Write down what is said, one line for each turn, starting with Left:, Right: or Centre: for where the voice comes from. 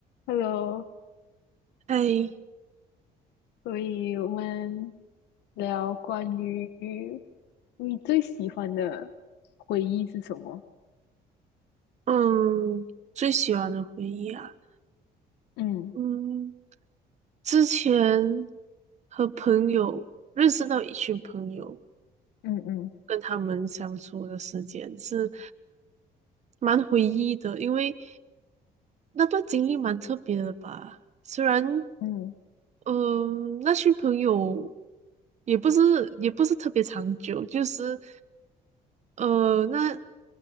Left: Hello，
Right: 哎，
Left: 所以我们聊关于你最喜欢的回忆是什么？
Right: 嗯，最喜欢的回忆啊，
Left: 嗯
Right: 嗯，之前和朋友认识到一群朋友，
Left: 嗯嗯
Right: 跟他们相处的时间是蛮回忆的，因为那段经历蛮特别的吧。虽然，
Left: 嗯
Right: 嗯，那群朋友也不是也不是特别长久，就是呃，那